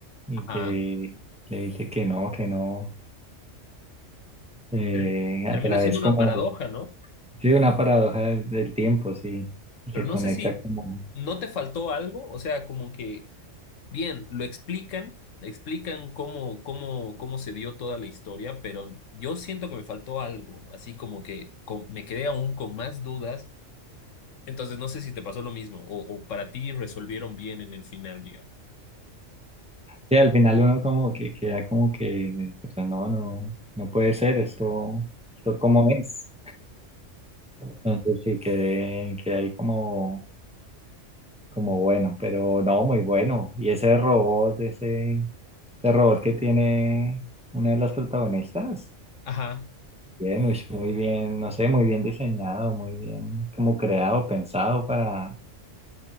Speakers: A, in the centre; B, on the left.
A: y
B: Ah,
A: que le dice que no, que no, eh,
B: pero termina
A: a través
B: siendo una
A: como,
B: paradoja, ¿no?
A: sí, una paradoja del, del tiempo, sí,
B: Pero
A: se
B: no
A: conecta
B: sé si
A: como,
B: no te faltó algo, o sea, como que, bien, lo explican, explican cómo, cómo, cómo se dio toda la historia, pero yo siento que me faltó algo, así como que con- me quedé aún con más dudas, entonces no sé si te pasó lo mismo, o, o para ti resolvieron bien en el final, digamos.
A: sí, al final uno como que queda como que, pero no, no, no puede ser esto, esto como es. Entonces sí, quedé, quedé ahí como, como bueno, pero no, muy bueno. Y ese robot, ese, ese robot que tiene una de las protagonistas.
B: Ajá,
A: Bien, uy, muy bien, no sé, muy bien diseñado, muy bien como creado, pensado para,